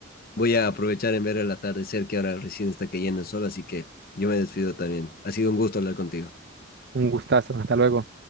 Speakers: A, on the left; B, on the right.
A: voy a aprovechar en ver el atardecer que ahora recién está cayendo el sol, así que yo me despido también. Ha sido un gusto hablar contigo.
B: Un gustazo, hasta luego.